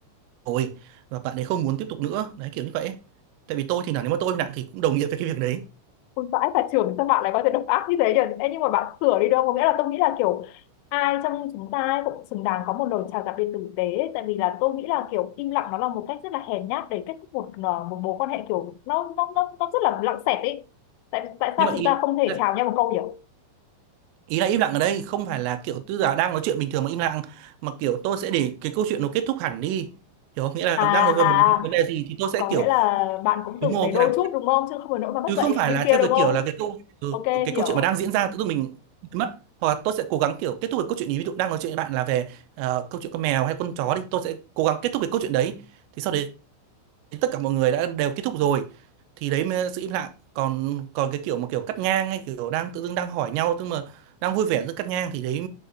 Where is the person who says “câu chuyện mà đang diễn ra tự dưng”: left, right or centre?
Right